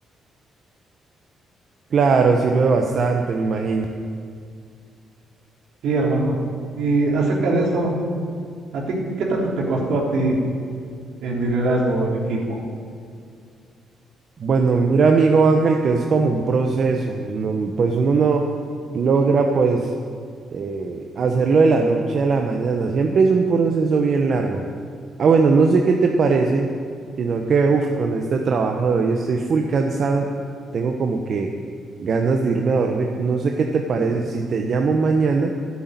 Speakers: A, on the right; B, on the right.
A: Claro, sirve bastante, me imagino.
B: Sí, hermano. Y acerca de eso, ¿a ti qué tanto te costó a ti en liderazgo en equipo?
A: Bueno, mira, amigo Ángel, que es como un proceso, no- pues uno no logra pues eh, hacerlo de la noche a la mañana, siempre es un proceso bien largo. Ah, bueno, no sé qué te parece, sino que, uff, con este trabajo de hoy estoy full cansado, tengo como que ganas de irme a dormir, no sé qué te parece si te llamo mañana